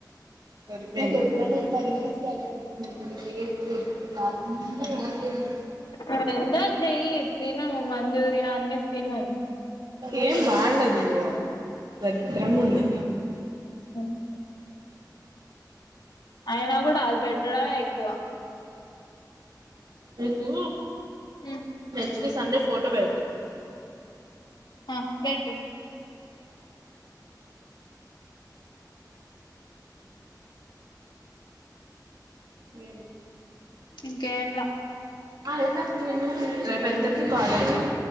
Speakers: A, on the right; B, on the left.
A: దొరికింది నీకెప్పుడన్నిట్ల రీల్స్ చేయాలనిపించిందనుకొ. <unintelligible> గాల్సించ్ <unintelligible> బాంటది.
B: నువ్వెందా చెయ్య్ తినను మంజూర్య ఇంగేం తినం.
A: ఏం బాలెదు. దరిద్రంగుంది.
B: ఓ అయ్నా గూడాల్బట్ ళ్ళె ఎక్కువ.
A: నికూ
B: మ్.
A: స్సు సండే ఫోటో బెడ్త.
B: అ పెట్టు.
A: ఏమి.
B: ఇంక ఏమ్ల.
A: <unintelligible> రేపెంతకి కాలేజ్ ఉమ్.